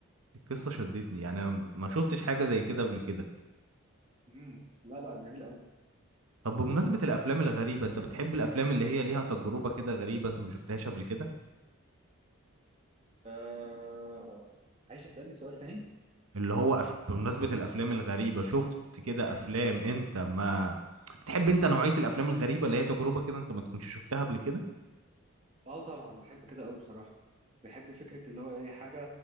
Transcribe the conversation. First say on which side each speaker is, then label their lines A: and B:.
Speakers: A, on the right (about 75°); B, on the right (about 30°).
A: القصة شدتني يعني أنا ما شفتش حاجة زي كده قبل كده
B: امم لا لا جميل قوي
A: طب بمناسبة الأفلام الغريبة أنت بتحب الأفلام اللي هي ليها تجربة كده غريبة أنت ما شفتهاش قبل كده
B: آه... عايز اسالني سؤال تاني
A: اللي هو أف... بمناسبة الأفلام الغريبة شفت كده
B: امم
A: أفلام أنت ما بتحب أنت نوعية الأفلام الغريبة اللي هي تجربة كده أنت ما تكونش شفتها قبل كده
B: اه طبعا بحب كده قوي بصراحه بحب فكره اللي هو ايه حاجه